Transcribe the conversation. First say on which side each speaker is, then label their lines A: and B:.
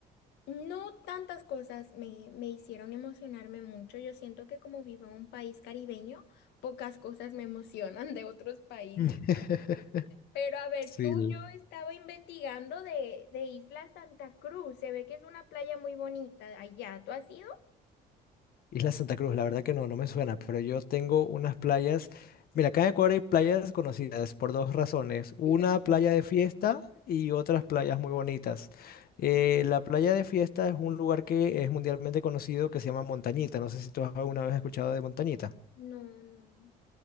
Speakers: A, on the left (about 85°); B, on the left (about 60°).
A: no tantas cosas me, me hicieron emocionarme mucho. Yo siento que como vivo en un país caribeño, pocas cosas me emocionan de otros países.
B: <laughs>
A: Pero a ver,
B: Sí.
A: tú, yo estaba investigando de, de Isla Santa Cruz, se ve que es una playa muy bonita allá. ¿Tú has ido?
B: Isla Santa Cruz, la verdad que no, no me suena, pero yo tengo unas playas. Mira, acá en Ecuador hay playas conocidas por dos razones. Una
A: Ujú.
B: playa de fiesta y otras playas muy bonitas. Eh, la playa de fiesta es un lugar que es mundialmente conocido que se llama Montañita. No sé si tú has alguna vez escuchado de Montañita.
A: No, no.